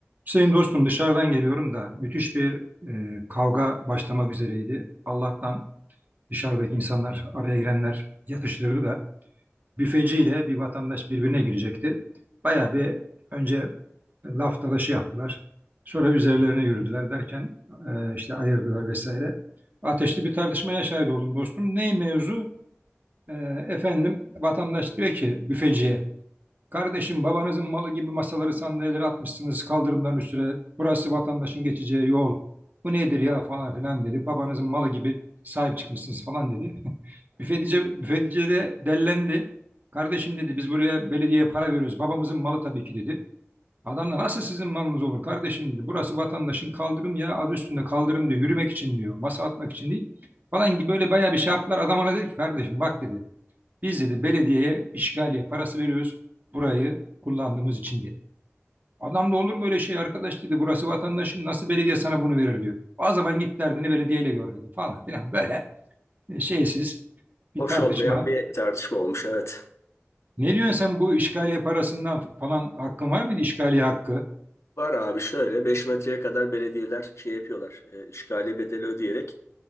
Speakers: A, on the right (about 40°); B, on the left (about 80°).
A: Hüseyin dostum dışarıdan geliyorum da müthiş bir e, kavga başlamak üzereydi. Allah'tan dışarıdaki insanlar, araya girenler yatıştırdı da büfeciyle bir vatandaş birbirine girecekti. Bayağı bir önce laf dalaşı yaptılar. Sonra üzerlerine yürüdüler derken e, işte ayırdılar vesaire. Ateşli bir tartışmaya şahit oldum dostum. Ney mevzu? E, efendim vatandaş diyor ki büfeciye Kardeşim babanızın malı gibi masaları sandalyeleri atmışsınız kaldırımların üstüne. Burası vatandaşın geçeceği yol. Bu nedir ya falan filan dedi. Babanızın malı gibi sahip çıkmışsınız falan dedi. <laughs> Büfetici, büfetici de dellendi. Kardeşim dedi biz buraya belediyeye para veriyoruz. Babamızın malı tabii ki dedi. Adam da nasıl sizin malınız olur kardeşim dedi. Burası vatandaşın kaldırım ya adı üstünde kaldırım diyor. Yürümek için diyor. Masa atmak için değil falan gibi böyle bayağı bir şey yaptılar. Adam ona dedi ki kardeşim bak dedi. Biz dedi belediyeye işgaliye parası veriyoruz burayı kullandığımız için dedi. Adam da olur mu öyle şey arkadaş dedi. Burası vatandaşın nasıl belediye sana bunu verir diyor. O zaman git derdini belediyeyle gör dedi falan filan böyle e, şeysiz bir
B: Hoş
A: tartışma.
B: olmayan bir tartışma olmuş evet.
A: Ne diyorsun sen bu işgaliye parasından falan hakkın var mıydı işgaliye hakkı?
B: Var abi şöyle 5 metreye kadar belediyeler şey yapıyorlar. E, işgaliye bedeli ödeyerek